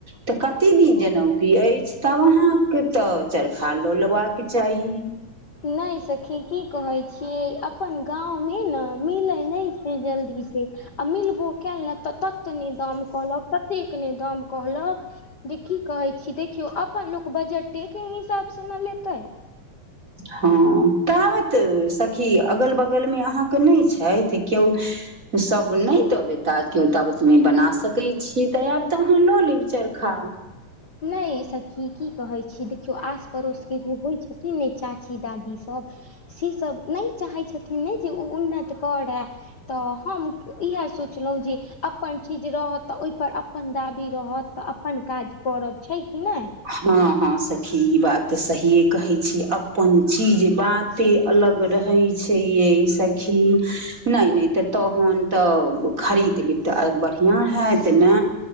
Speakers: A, on the right (about 25°); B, on the left (about 40°).
A: तऽ कते दिन जनउकी अछि तब अहाँके तऽ चरखा लऽ लेबाक चाही
B: नहि सखी की कहै छियै अपन गाँंव मे ने मिलै नहि छै जल्दी छै आ मिलबो कएय नहि तऽ तत नहि दाम कहलक कतेक ने दाम कहलक जे की कहै छी देखियौ अपन लोक बजटेके हिसाबसँ ने लेतै
A: हँ ताबत सखी अगल बगलमे अहाँके नहि छथि केओ ओ सब नहि दऽ देता केओ तऽ आबतने बना सकैत छियै तऽ आयब तऽ अहाँ लऽ लेब चरखा
B: नहि सखी की की कहै छी देखियौ आस पड़ोस के जे होइ छथिन कि नहि चाची दादी सब सेसब नै चाहै छथिन ने जे वो उन्नैत करे तऽ हम इहे सोंचलौं जे अप अपन चीज रहत तऽ ओय पर अपन दाबी रहत तऽ अपन काज करब छै कि नै
A: हँ हँ सखी ई बात तऽ सहिये कहै छी अपन चीज जे बात ते अलग रहैय छै यै सखी नै नै तऽ तहन तऽ खरीद लिब तऽ आरु बढ़ियाँ हैत न